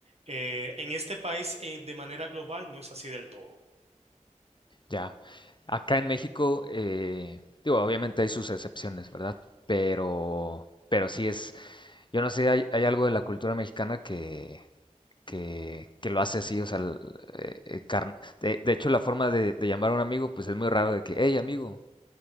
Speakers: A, on the right; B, on the left.
A: eh, en este país, eh, de manera global, no es así del todo.
B: ya. Acá en México, eh, digo, obviamente hay sus excepciones, ¿verdad? Pero, pero sí es, yo no sé, hay, hay algo de la cultura mexicana que que, que lo hace así, o sea, el- eh, eh, carn- de, de hecho la forma de, de llamar a un amigo, pues es muy raro de que, hey amigo,